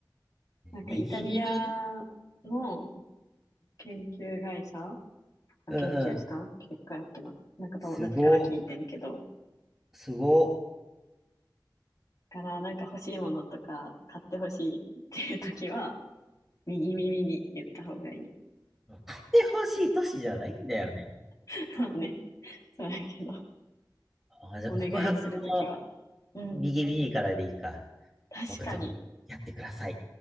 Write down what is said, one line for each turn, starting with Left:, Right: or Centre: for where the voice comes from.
Left: なんかイタリアの
Centre: 右耳に、
Left: 研究会社が
Centre: うんうん。
Left: 研究した結果やっけな。なんか友達から聞いてんけど、
Centre: すご、すご。
Left: からなんか欲しいものとか買ってほしいっていう時は、右耳に言った方がいい。
Centre: 買ってほしい都市じゃないんだよね。
Left: <laughs> まあね、そうやけど、
Centre: あ、じゃあ告白も
Left: お願いするときは。うん、
Centre: 右耳からでいいか。
Left: 確かに。
Centre: 僕とやってくださいっ